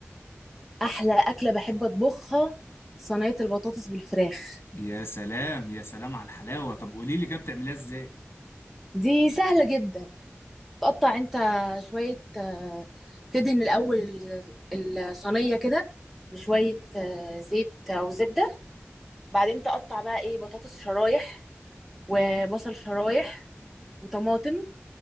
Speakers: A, in the centre; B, on the left.
A: أحلى أكلة بحب أطبخها صينية البطاطس بالفراخ
B: يا سلام يا سلام على الحلاوه طب قولي لي كده بتعمليها ازاي
A: دي سهلة جدا تقطع انت شوية آه، تدهن الأول ال- الصينية كده بشوية آه، زيت أو زبدة بعدين تقطع بقى ايه بطاطس شرايح وبصل شرايح وطماطم